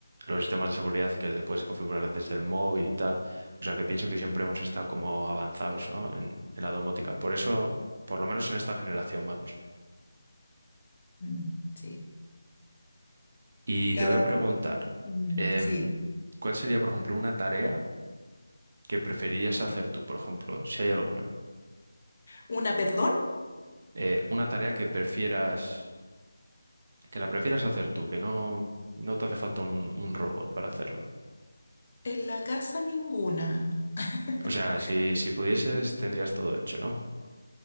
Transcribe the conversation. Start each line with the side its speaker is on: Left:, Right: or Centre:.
Right: los sistemas de seguridad que le puedes configurar desde el móvil y tal. O sea, que pienso que siempre hemos estado como avanzados, ¿no? En, en la domótica. Por eso, por lo menos en esta generación, vamos.
Left: Mm, sí.
Right: Y
Left: Cada...
Right: te voy a preguntar,
Left: mm,
Right: em,
Left: sí.
Right: ¿cuál sería, por ejemplo, una tarea que preferirías hacer tú, por ejemplo, si hay alguna?
Left: ¿Una, perdón?
Right: eh, una tarea que prefieras, que la prefieras hacer tú, que no, no te hace falta un, un robot para hacerla.
Left: En la casa ninguna. <laughs>
Right: O sea, si, si pudieses, tendrías todo hecho, ¿no?